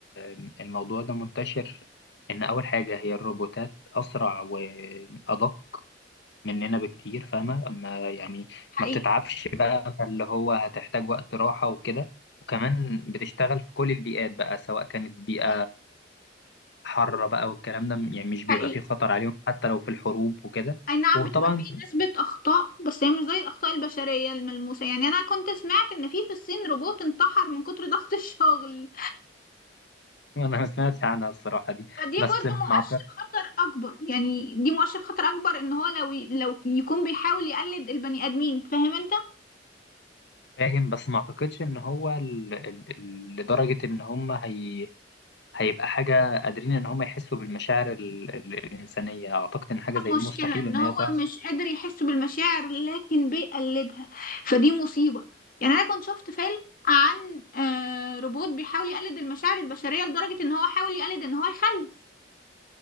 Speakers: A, on the left (about 65°); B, on the left (about 50°).
A: أم، الموضوع ده منتشر إن أول حاجة هي الروبوتات أسرع وأدق مننا بكتير فاهمة ما يعني
B: حقيقي
A: ما بتتعبش بقى فاللي هو هتحتاج وقت راحة وكده وكمان بتشتغل في كل البيئات بقى سواء كانت بيئة حارة بقى والكلام ده يعني مش بيبقى
B: حقيقي
A: فيه خطر عليهم حتى لو في الحروب وكده
B: أي نعم
A: وطبعا
B: بتبقى فيه نسبة أخطاء بس هي مش زي الأخطاء البشرية الملموسة يعني أنا كنت سمعت إن في في الصين روبوت انتحر من كتر ضغط <laughs> الشغل
A: <laughs> أنا ما سمعتش عنها الصراحة دي
B: فدي
A: بس
B: برضو
A: ما
B: مؤشر
A: أعت-
B: خطر أكبر يعني دي مؤشر خطر أكبر إن هو لو لو يكون بيحاول يقلد البني آدمين فاهم أنت؟
A: فاهم بس ما أعتقدش إن هو ال... ال... ال- لدرجة إن هم هي... هيبقى حاجة قادرين إن هم يحسوا بالمشاعر ال... ال- الإنسانية أعتقد إن حاجة زي دي
B: مشكلة
A: مستحيل
B: ان
A: إن
B: هو
A: هي تحصل
B: مش قادر يحس بالمشاعر لكن بيقلدها فدي مصيبة يعني انا كنت شفت فيلم عن آه، روبوت بيحاول يقلد المشاعر البشرية لدرجة ان هو حاول يقلد ان هو يخلف